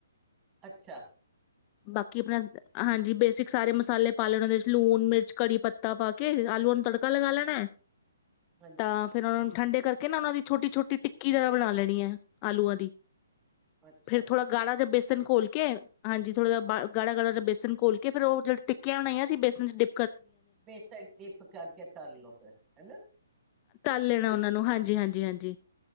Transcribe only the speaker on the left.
ਬਾਕੀ ਆਪਣਾ ਹਾਂਜੀ ਬੇਸਿਕ ਸਾਰੇ ਮਸਾਲੇ ਪਾ ਲੈਣੇ ਉਹਦੇ ਚ ਲੂਣ ਮਿਰਚ ਕੜੀ ਪੱਤਾ ਪਾ ਕੇ ਆਲੂਆਂ ਨੂੰ ਤੜਕਾ ਲਗਾ ਲੈਣਾ ਹੈ।
ਤਾਂ ਫਿਰ ਉਹਨਾਂ ਨੂੰ। ਠੰਡੇ ਕਰਕੇ ਨਾ ਉਹਨਾ ਦੀ ਛੋਟੀ- ਛੋਟੀ ਟਿੱਕੀ ਜਰਾ ਬਣਾ ਲੈਣੀ ਹੈ। ਆਲੂਆਂ ਦੀ।
ਫਿਰ ਥੋੜਾ ਗਾੜਾ ਬੇਸਨ ਘੋਲ ਕੇ ਹਾਂਜੀ, ਥੋੜਾ ਗਾੜਾ-ਗਾੜਾ ਜਾ ਬੇਸਨ ਘੋਲ ਕੇ ਫਿਰ ਉਹ ਜਹੜਿਆ ਟਿੱਕੀਆਂ ਬਣਾਈਆਂ ਸੀ ਬੇਸਨ ਚ ਡਿ
ਤੱਲ ਲੈਣਾ ਉਹਨਾਂ ਨੂੰ ਹਾਂਜੀ, ਹਾਂਜੀ, ਹਾਂਜੀ